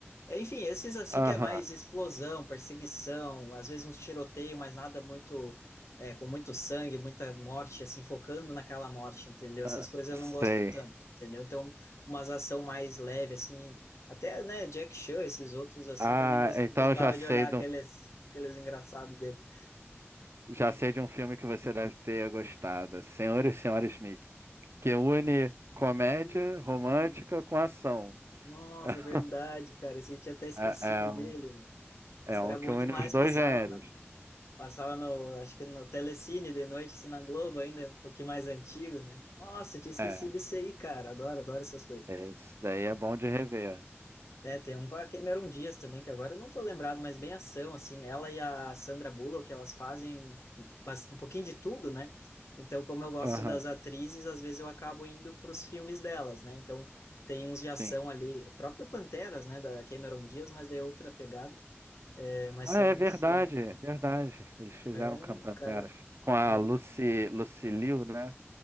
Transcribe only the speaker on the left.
É, Enfim, esses assim
que é mais explosão, perseguição, às vezes uns tiroteio, mas nada muito é, com muito sangue, muita morte, assim, focando naquela morte, entendeu? Essas
coisas eu
não gosto tanto, entendeu? Então, umas ação mais leve, assim, até, né, Jack Chan, esses outros, assim,
também gos-
gostava
de olhar
aqueles,
aqueles engraçados dele.
Uhum.
Nossa,
é verdade, cara, esse eu tinha até esquecido
dele,
meu.
Esse
era
bom
demais,
passava
Passava no, acho que no Telecine de noite, assim, na Globo ainda, um pouquinho mais antigo, né? Nossa, tinha esquecido
desse aí, cara. Adoro, adoro essas coisas.
É, tem um com a Cameron Diaz também, que agora eu não tô lembrado, mas bem ação, assim. Ela e a Sandra Bullock, elas fazem bas- um pouquinho de tudo, né? Então, como eu gosto
das atrizes, às vezes eu acabo indo pros filmes delas, né? Então, tem uns de ação
ali, próprio Panteras, né, da Cameron Diaz, mas de outra pegada. É, mas
são,
são,
é,
cara,
meio...